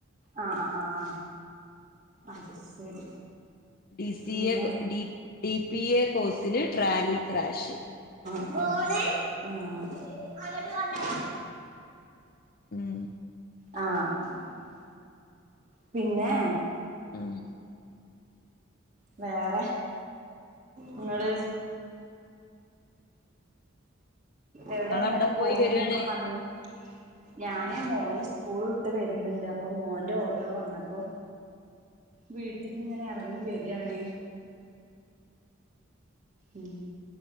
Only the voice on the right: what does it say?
ആഹ് ആഹ അത് ശരി
പിന്നെ
ള ആ അണ്ട
ആ ആഹ പിന്നെ
വേറെ നിങ്ങള് എവിടെ
എന്നാല
പോയിന്നൊക്കെ
പറഞ്ഞു ഞാൻ ആ മോന് സ്കൂൾ വിട്ട് വരുന്നുണ്ട് അപ്പൊ മോന്റെ ഓട്ടോ വന്നപ്പോ വീട്ടിൽന്ന് ഇങ്ങനെ ഇറങ്ങി വരാണ് ഉം